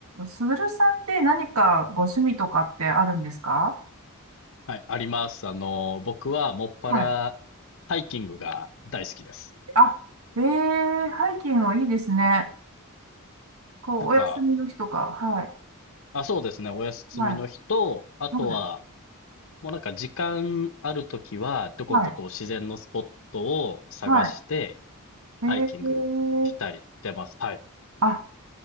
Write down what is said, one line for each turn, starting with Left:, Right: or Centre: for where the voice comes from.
Right: すぐるさんって何かご趣味とかってあるんですか
Left: はい、あります。あの、僕はもっぱら
Right: はい。
Left: ハイキングが大好きです。
Right: あ、えー、ハイキングいいですね。こう、
Left: なんか、
Right: お休みの日とか。はい。
Left: あ、そうですね、お休みの日と、
Right: はい。
Left: あとは、
Right: はい。
Left: もうなんか時間あるときは、どこかこう自然のスポットを探して、
Right: はい。はい。えー、
Left: ハイキングしたりしてます。はい。
Right: あ、